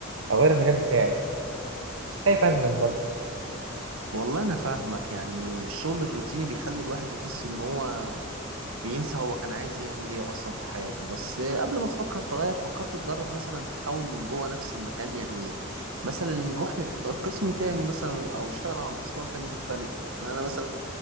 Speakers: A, on the right (about 65°); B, on the right (about 80°).
A: اغير المجال بتاعي بس خايف اندم برضه
B: والله انا فاهمك يعني الشغل الروتيني بيخلي الواحد يحس ان هو بينسى هو كان عايز يعمل ايه اصلا في حياته بس قبل ما تفكر تغير فكرت تجرب مثلا تحاول من جوه نفس المكان يعني مثلا نروح لق- قسم تاني مثلا او اشتغل على مشروع تاني مختلف يعني انا مثلا